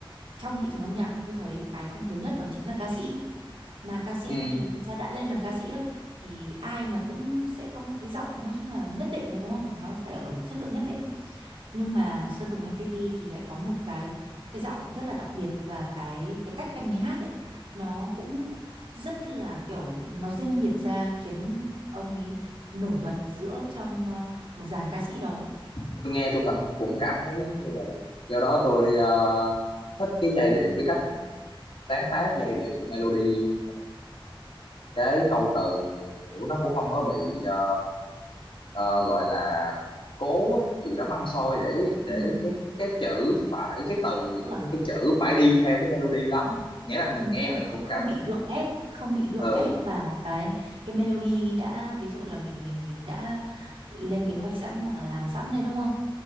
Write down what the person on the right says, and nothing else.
trong thị trường âm nhạc thì tôi thấy cái không thiếu nhất đó chính là ca sĩ mà ca sĩ
thì thật ra đã lên làm ca sĩ á, thì ai mà cũng sẽ có một cái giọng nói chung là nhất định rồi đúng không nó phải ở một chất lượng nhất định nhưng mà Sơn Tùng MTP thì lại có một cái cái giọng rất là đặc biệt và cái cái cách anh ấy hát ấy nó cũng rất là kiểu nó riêng biệt ra khiến ông ấy nổi bật giữa trong ờ, một dàn ca sĩ đó
ừ, ừ.
tức là
Ừ,
tức là
không,
không
bị gượng ép không bị gượng
ép vào cái cái melody đã ví dụ là mình mình mình đã lên kế hoạch sẵn hoặc là làm sẵn đấy đúng không?